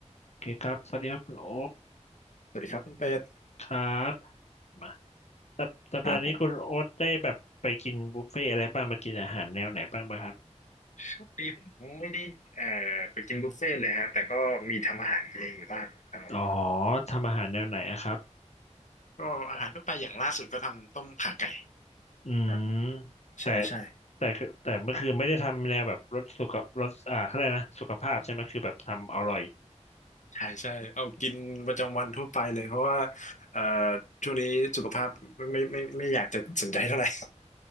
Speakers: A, on the left (about 65°); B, on the left (about 85°).
A: โอเคครับสวัสดีครับคุณโอ๊ค
B: สวัสดีครับคุณเป็ด
A: ครับมาสัปสัปดาห์นี้คุณโอ๊ตได้แบบไปกินบุฟเฟ่อะไรบ้างไปกินอาหารแนวไหนบ้างไหมครับ
B: ครับผมช่วงนี้ผมไม่ได้เอ่อไปกินบุฟเฟ่ต์เลยฮะแต่ก็มีทำอาหารเองอยู่บ้างครับผม
A: อ๋อทำอาหารแนวไหนอะครับ
B: ก็อาหารทั่วไปอย่างล่าสุดก็ทำต้มข่าไก่
A: อืม
B: ฮะ
A: แต่
B: ใช่ใช่
A: แต่คือแต่เมื่อคืนไม่ได้ทำแนวแบบรสสุขรสอ่าเขาเรียกนะสุขภาพใช่ไหมคือแบบทำอร่อย
B: ใช่ใช่เอากินประจำวันทั่วไปเลยเพราะว่าเอ่อช่วงนี้สุขภาพไม่ไม่ไม่ไม่อยากจะสนใจเท่าไหร่